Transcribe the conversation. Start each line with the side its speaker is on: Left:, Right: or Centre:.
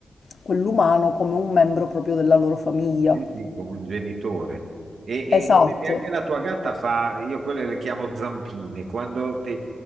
Left: quell'umano come un membro proprio della loro famiglia.
Right: sì, sì, come un genitore. E,
Left: Esatto.
Right: e senti, anche la tua gatta fa, io quelle le chiamo zampine, quando ti,